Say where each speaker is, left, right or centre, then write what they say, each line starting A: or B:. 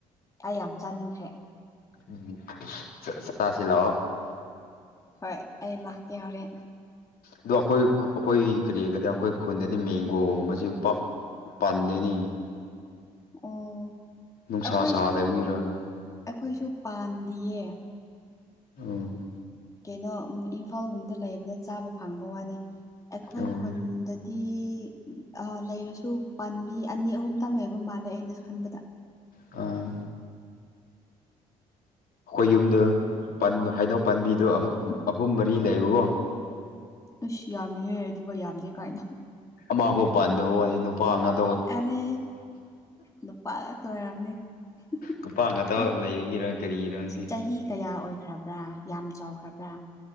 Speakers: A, on the left (about 15°); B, on the left (about 55°).
A: ꯑꯩ ꯌꯥꯝ ꯆꯥꯅꯤꯡꯈ꯭ꯔꯦ
B: ꯎꯝ ꯆꯥꯁꯤ ꯂꯥꯑꯣ
A: ꯍꯣꯏ ꯑꯩ ꯂꯥꯛꯀꯦ ꯍꯣꯔꯦꯟ
B: ꯑꯗꯣ ꯑꯩꯈꯣꯏ ꯑꯩꯈꯣꯏ ꯀꯔꯤ ꯍꯥꯏꯒꯗꯔ ꯑꯩꯈꯣꯏ ꯈꯨꯟꯗꯗꯤ ꯃꯦꯡꯒꯣꯒꯨꯝꯕꯕꯁꯤ ꯄꯥꯛ ꯄꯥꯟꯗꯦꯅꯤ
A: ꯑꯣ
B: ꯅꯨꯡꯁꯥ
A: ꯑꯩꯈꯣꯏꯁꯨ
B: ꯁꯥꯗꯕꯤꯔ
A: ꯑꯩꯈꯣꯏꯁꯨ ꯄꯥꯟꯗꯌꯦ
B: ꯎꯝ
A: ꯀꯩꯅꯣ ꯏꯝꯐꯥꯜꯒꯨꯝꯕꯗ ꯂꯩꯕꯅ ꯆꯥꯕ ꯐꯪꯕ ꯋꯥꯅꯤ ꯑꯩꯈꯣꯏ
B: ꯎꯝ
A: ꯈꯨꯟꯗ ꯇꯤ ꯑꯥ ꯂꯩꯔꯁꯨ ꯄꯥꯝꯕꯤ ꯑꯅꯤ ꯑꯍꯨꯝꯇꯪ ꯂꯩꯕ ꯃꯥꯜꯂꯦ ꯑꯩꯅꯁꯨ ꯈꯟꯕꯗ
B: ꯑꯥ ꯑꯈꯣꯏ ꯌꯨꯝꯗ ꯄꯟ ꯍꯩꯅꯧ ꯄꯥꯝꯕꯤꯗꯣ ꯑꯍꯨꯝ ꯃꯔꯤ ꯂꯩꯕꯒꯣ
A: ꯑꯁ ꯌꯥꯝꯃꯦꯍꯦ ꯑꯗꯨꯒ ꯌꯥꯝꯗꯦ ꯀꯥꯏꯅ
B: ꯑꯃꯐꯥꯎ ꯄꯥꯟꯗꯕ ꯋꯥꯅꯤ ꯅꯨꯄꯥ ꯉꯥꯛ
A: ꯑꯥꯔꯦ ꯅꯨꯄꯥ ꯉꯥꯛꯇꯥ ꯑꯣꯏꯔꯝꯅꯤ <unintelligible>
B: ꯅꯨꯄꯥ ꯉꯥꯛꯇ ꯂꯩꯕꯒꯤꯔ ꯀꯔꯤꯒꯤꯔ ꯈꯪꯗꯦ
A: ꯆꯍꯤ ꯀꯌꯥ ꯑꯣꯏ ꯈ꯭ꯔꯕ꯭ꯔꯥ ꯌꯥꯝ ꯆꯥꯎꯈ꯭ꯔꯕ꯭ꯔꯥ